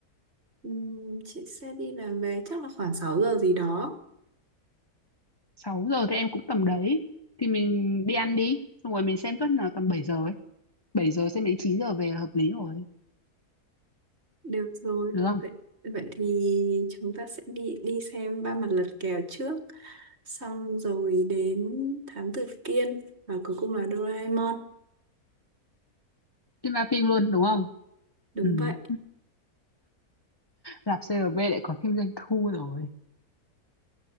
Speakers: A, on the right; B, on the left.
A: Ừm, chị sẽ đi làm về chắc là khoảng 6 giờ gì đó.
B: sáu giờ thì em cũng tầm đấy thì mình đi ăn đi xong rồi mình xem tuất là tầm 7 giờ ấy 7 giờ xem đến 9 giờ về là hợp lý rồi
A: Được rồi,
B: được không
A: vậy vậy thì chúng ta sẽ đi đi xem ba mặt lật kèo trước, xong rồi đến Thám Tử Kiên và cuối cùng là Doraemon.
B: đi ma phim luôn đúng không
A: Đúng
B: Ừm,
A: vậy.
B: rạp CRV lại có thêm doanh thu rồi